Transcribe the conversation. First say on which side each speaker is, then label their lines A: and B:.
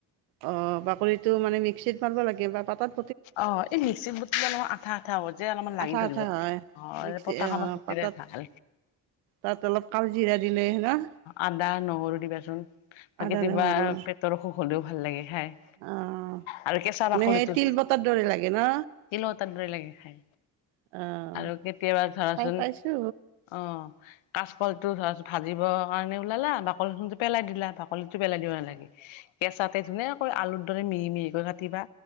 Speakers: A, on the right (about 80°); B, on the left (about 75°).
A: অঁ বাকলিটো মানে মিক্সিত মাৰিব লাগে বা পাতত
B: অ' এই মিক্সিত বটিলে অলপমান আঠা আঠা হ'ব যে অলপমান লাগি
A: আঠা
B: ধৰিব।
A: আঠা হয়
B: অ'
A: মিক্সি
B: পটাখনত বটিলে
A: পাতাত
B: ভাল।
A: তাত অলপ কালজিৰা দিলে হেনা
B: আদা নহৰু দিবাচোন, বা
A: আদা
B: কেতিয়াবা
A: নহৰু
B: পেটৰ অসুখ হ'লেও ভাল লাগে খাই।
A: অ'।
B: আৰু কেঁচা
A: মানে
B: বাকলিটো
A: সেই তিল বতাৰ দৰে লাগে ন?
B: তিলৰ তাত লাগে খাই
A: অ'।
B: আৰু কেতিয়াবা ধৰাচোন
A: খাই পাইছো
B: অ' কাচকলটো ধৰাচোন ভাজিব কাৰণে ওলালা বাকলি খন যে পেলাই দিলা, বাকলিতটো পেলাই দিব নালাগে। কেঁচাতে ধুনীয়াকৈ আলুৰ দৰে মিহি মিহিকৈ কাটিবা।